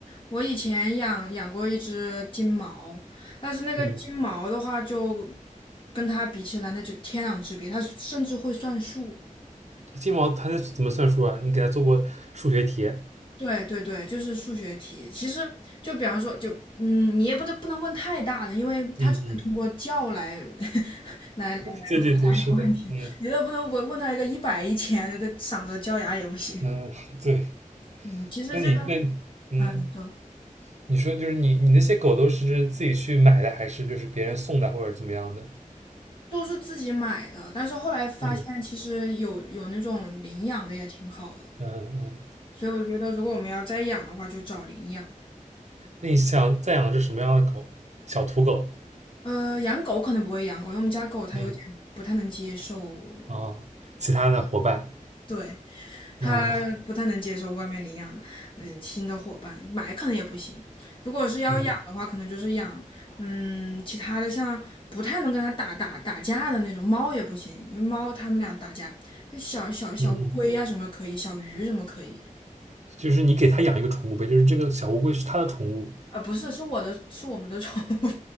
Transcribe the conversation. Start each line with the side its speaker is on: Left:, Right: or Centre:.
Left: 我以前养养过一只金毛，但是那个金毛的话就
Right: 嗯。
Left: 跟它比起来，那就天壤之别，它甚至会算数。
Right: 金毛它那怎么算数啊？你给它做过数学题？
Left: 对对对，就是数学题。其实就比方说，就嗯，你也不能不能问太大的，因为它只能通过叫来
Right: 嗯嗯，
Left: <laughs> 来来来回答你问题。
Right: 对对对，是的，嗯
Left: 你都不能问问他一个一百一千的，这嗓子叫哑也不行。
Right: 嗯，对。
Left: 嗯，其实这个，
Right: 那你那嗯，
Left: 嗯，你说
Right: 你说就是你你那些狗都是自己去买的，还是就是别人送的，或者怎么样的？
Left: 都是自己买的，但是后来发现其实有有那种领养的也挺好的，
Right: 嗯嗯嗯。
Left: 所以我觉得如果我们要再养的话，就找领养。
Right: 那你想再养只什么样的狗？小土狗。
Left: 呃，养狗可能不会养狗，因为我们家狗它有点不太能接受，
Right: 嗯啊，其他的伙伴，
Left: 对。它不太能接受外面领养的，
Right: 嗯
Left: 嗯，新的伙伴，买可能也不行。如果是要养的话，
Right: 嗯
Left: 可能就是养，嗯，其他的像不太能跟它打打打架的那种猫也不行，因为猫它们俩打架，小小小乌龟呀、
Right: 嗯嗯，
Left: 什么可以，小鱼什么可以。
Right: 就是你给它养一个宠物呗，就是这个小乌龟是它的宠物，
Left: 呃，不是，是我的，是我们的宠物。